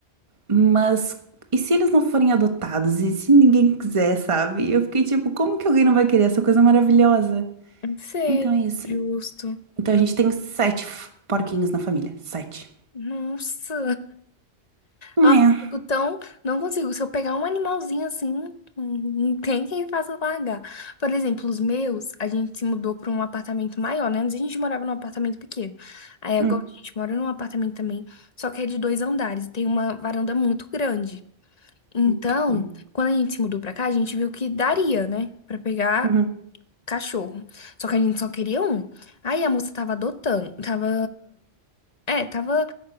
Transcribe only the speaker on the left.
sei,
justo.
Ju-
Nossa.
Nossa, eu fico tão. Não consigo. Se eu pegar um animalzinho assim, não tem quem faça largar. Por exemplo, os meus, a gente se mudou para um apartamento maior, né? Antes a gente morava num apartamento pequeno. Aí agora
a gente mora num apartamento também, só que é de dois andares e tem uma varanda muito grande. Então,
quando a gente se mudou pra cá, a gente viu que daria, né? Pra pegar
cachorro. Só que a gente só queria um. Aí a moça tava adotando, tava. É, tava